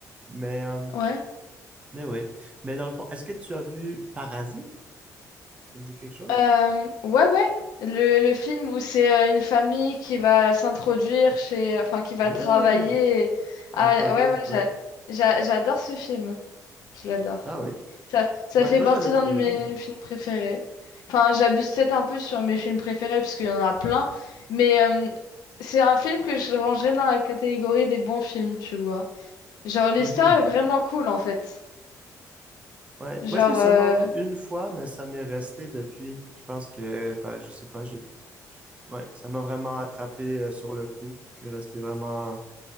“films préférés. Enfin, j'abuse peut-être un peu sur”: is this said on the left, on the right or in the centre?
Left